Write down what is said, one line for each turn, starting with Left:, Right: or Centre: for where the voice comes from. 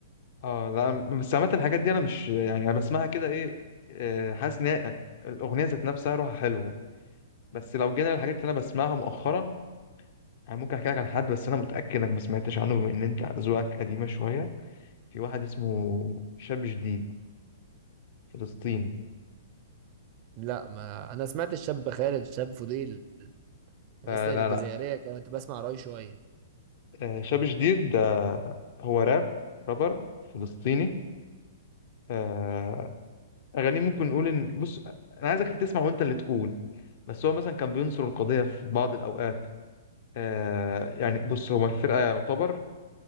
Left: اه لا بس عامة الحاجات دي انا مش يعني انا بسمعها كده ايه آه، حاسس ان هي يعني الاغنيه ذات نفسها روحها حلوه بس لو جينا للحاجات اللي انا بسمعها مؤخرا يعني ممكن احكي لك عن حد بس انا متاكد انك ما سمعتش عنه بما ان انت ذوقك قديمه شويه في واحد اسمه شاب جديد فلسطيني
Right: لا ما انا سمعت الشاب خالد الشاب فضيل الناس
Left: آه
Right: الجزائرية
Left: لا لا
Right: كانت بسمع راي شوية
Left: آه شاب جديد ده هو راب رابر فلسطيني آه اغانيه ممكن نقول ان بص انا عايزك تسمع وانت اللي تقول بس هو مثلا كان بينصر القضيه في بعض الاوقات آه يعني بص هو الفرقة يعتبر